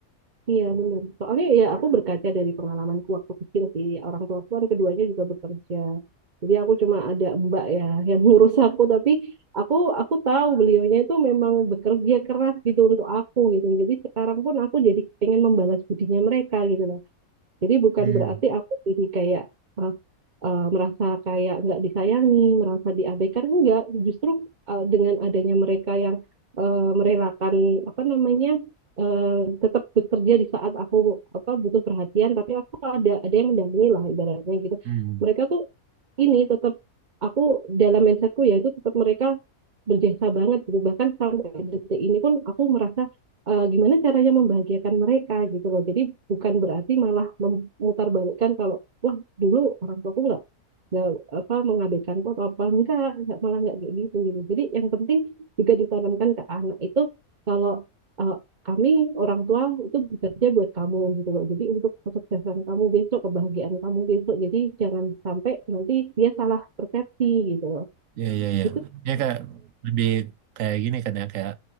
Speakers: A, on the right; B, on the right.
A: Iya benar. Soalnya ya aku berkaca dari pengalamanku waktu kecil sih. Orang tua aku kan keduanya juga bekerja. Jadi aku cuma ada mbak ya <laughs> yang ngurus aku. Tapi aku aku tahu beliaunya itu memang bekerja keras gitu untuk aku gitu. Jadi sekarang pun aku jadi pengen membalas budinya mereka gitu. Jadi bukan
B: Hmm.
A: berarti aku jadi kayak eh, eh, merasa kayak nggak disayangi, merasa diabaikan enggak. Justru eh, dengan adanya mereka yang eh, merelakan apa namanya eh, tetap bekerja di saat aku apa butuh perhatian, tapi aku ada ada yang mendampingi lah ibaratnya gitu.
B: Hmm.
A: Mereka tuh ini tetap aku dalam mindsetku ya itu tetap mereka berjasa banget gitu bahkan sampai detik ini pun aku merasa eh, gimana caranya membahagiakan mereka gitu loh jadi bukan berarti malah memutarbalikkan kalau wah dulu orang tuaku nggak nggak apa mengabaikanku atau apa enggak enggak malah nggak kayak gitu gitu jadi yang penting juga ditanamkan ke anak itu kalau eh, kami orang tua itu bekerja buat kamu gitu loh. Jadi untuk kesuksesan kamu besok, kebahagiaan kamu besok. Jadi jangan sampai nanti dia salah persepsi gitu loh.
B: Iya iya iya.
A: Gitu.
B: Ya kayak lebih kayak gini kan ya kayak